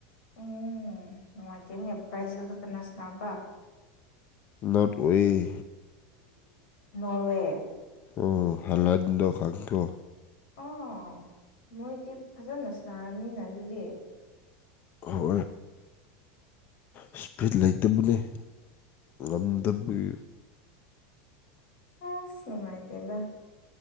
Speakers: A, on the left; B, on the left.
A: ꯎꯝ ꯅꯨꯡꯉꯥꯏꯇꯣꯏꯅꯦ ꯄ꯭ꯔꯥꯏꯖꯦꯜ ꯈꯀ ꯅꯁꯅꯥꯕ
B: ꯅꯣꯔꯠ ꯑꯣꯏꯦ
A: ꯅꯣꯔꯋꯦ
B: ꯑꯣ ꯍꯜꯍꯟꯗꯣ ꯈꯪꯗꯣ
A: ꯑꯥ ꯃꯣꯏꯗꯤ ꯐꯖꯅ ꯁꯅꯥꯔꯝꯅꯤꯅ ꯑꯗꯨꯗꯤ
B: ꯍ ꯏꯁꯄꯤꯠ ꯂꯩꯇꯕꯅꯤ ꯉꯝꯗꯕꯒꯤ
A: ꯑꯁ ꯅꯨꯡꯉꯥꯏꯗꯦꯗ